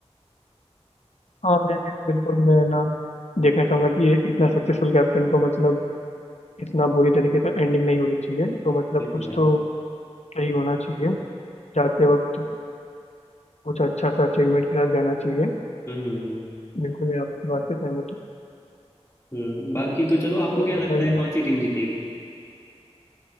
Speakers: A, on the left; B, on the left.
A: हाँ मैं भी बिल्कुल मैं ना देखना चाहूंगा कि ये इतना सक्सेसफुल कैप्टन को मतलब इतना बुरी तरीके से एंडिंग नहीं होनी चाहिए तो मतलब
B: बिल्कुल
A: कुछ
B: भाई
A: तो सही होना चाहिए जाते वक्त कुछ अच्छा सा अचीवमेंट के साथ जाना चाहिए
B: हम्म हम्म हम्म।
A: बिल्कुल मैं आपकी बात से सहमत हूँ
B: हम्म। बाकी तो चलो आपको
A: और
B: क्या
A: बताइए
B: लगता है कौन
A: आप।
B: सी टीम जीतेगी